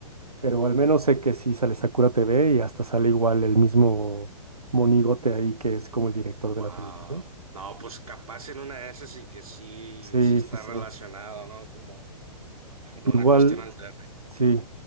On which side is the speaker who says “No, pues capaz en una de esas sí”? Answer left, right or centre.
Right